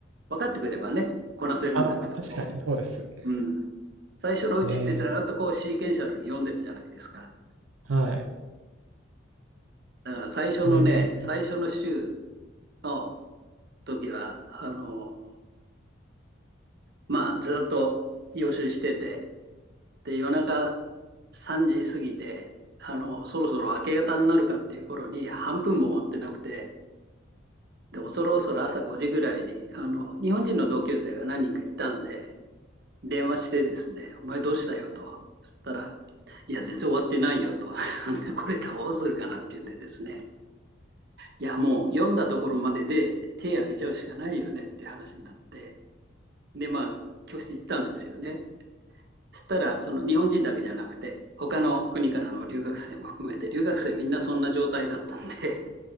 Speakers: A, on the right; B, on the right.
A: 分かってくればね、こなせるんだけども、
B: ああ、確かにそうですよね。
A: うん。最初のうちってずーっとこうシーケンシャルに読んでるじゃないですか。
B: へえ、はい。
A: だから最初のね、
B: へえ、
A: 最初の週の時は、あの、まあ、ずーっと予習してて、で、夜中3時過ぎて、あの、そろそろ明け方になるかっていう頃に半分も終わってなくて、で、恐る恐る朝5時ぐらいに、あの、日本人の同級生が何人かいたんで、電話してですね、お前どうしたよと。そしたら、いや、全然終わってないよと。<laughs> これどうするかなっていうんでですね、いや、もう読んだところまでで手挙げちゃうしかないよねって話になって、で、まあ、教室行ったんですよね。そしたら、その日本人だけじゃなくて、他の国からの留学生も含めて、留学生みんなそんな状態だったんで、